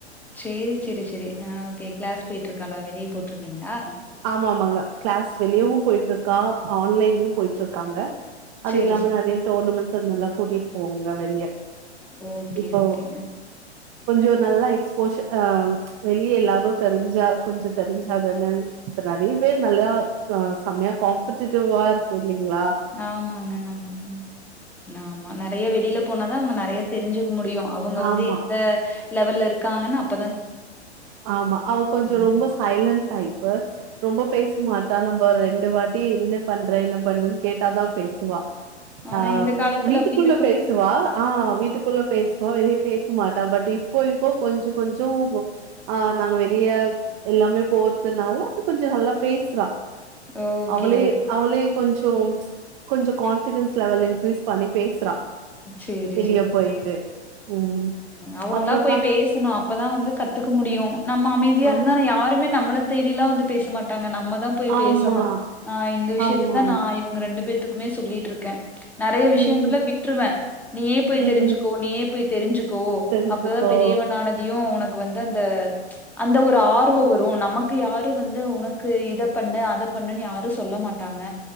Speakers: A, in the centre; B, on the right.
A: சேரி சேரி செரி ஆ ஓகே கிளாஸ் போயிட்டு இருக்காளா வெளியே போட்டிருக்கீங்களா
B: ஆமா ஆமாங்க கிளாஸ் வெளியவு போயிட்டு இருக்கா ஆன்லைன்லயு போயிட்டு இருக்காங்க அது
A: சேரி,
B: இல்லாம
A: சேரி.
B: நெறைய டோர்னமெண்ட்ஸ் அதுமாரிலா கூட்டிட்டு போவோங்க வெளிய
A: ஓகே,
B: இப்போ
A: ஓகே.
B: கொஞ்சோ நல்லா எக்ஸ்போஷஸ் ஆ வெளியே எல்லாரு தெரிஞ்சா கொஞ்ச தெரிஞ்சாதானே இப்ப நெறைய பேர் நல்லா ஆ செமையா காம்பிடிட்டிவா இருக்கு இல்லீங்களா
A: ஆமாங்க ஆமா ம் ஆமா நெறைய வெளில போனாதா அவ்ங்க நெறைய தெரிஞ்சுக்க முடியு அவங்க வந்து
B: ஆமா
A: எந்த லெவல்ல இருக்காங்கன்னா அப்
B: ஆமா அவ கொஞ்ச
A: ம்.
B: ரொம்ப சைலன்ட் டைப்பு ரொம்ப பேசமாட்டா நம்ம ரெண்டு வாட்டி என்ன பண்றே என்ன பண்றேன்னு கேட்டாதா பேசுவா
A: ஆனா
B: ஆ
A: இந்த காலத்துல
B: வீட்டுக்குள்ள
A: அப்படி இருக்கும்
B: பேச சுவா ஆ வீட்டுக்குள்ள பேசுவா வெளியே பேசமாட்டா பட் இப்போ இப்போ கொஞ்சோ கொஞ்சோ துகும் ஆ நாங்க வெளிய எல்லாமே போறதுனால அ கொஞ்ச நல்லா பேசுரா
A: ஓகே,
B: அவளே
A: ஓகே.
B: அவளே கொஞ்சோ கொஞ்ச கான்பிடென்ஸ் லெவல் இன்க்ரீஸ் பண்ணி பேசுரா
A: சேரி,
B: வெளியூர் போயிட்டு ம்
A: அவுங்களா
B: அப்றோக்கா
A: போய் பேசணு அப்பதா வந்து கத்துக்க முடியு நம்ம அமைதியா
B: ஆ
A: இருந்தா யாருமே நம்மள தேடியெல்லா வந்து பேசமாட்டாங்க நம்மதா போய்
B: ஆமா
A: பேசணு ஆ இந்த விஷயத்ததா
B: ஆமா
A: நா இவுங்க ரெண்டு பேத்தக்குமே சொல்லிட்டு இருக்கே நெறைய
B: ம்
A: விஷயங்க எல்லா விட்டுருவே நீயே போய்
B: ம்
A: தெரிஞ்சுக்கோ
B: ம்
A: நீயே போய் தெரிஞ்சுக் கோ
B: தெரிஞ்சுக்கோ
A: அப்பதா பெரியவனானதையு உனக்கு வந்து அந்த அந்த ஒரு ஆர்வம் வரும் நமக்கு யாரும் வந்து உனக்கு இத பண்ணு அத பண்ணுன்னு யாரு சொல்ல மாட் மாட்டாங்க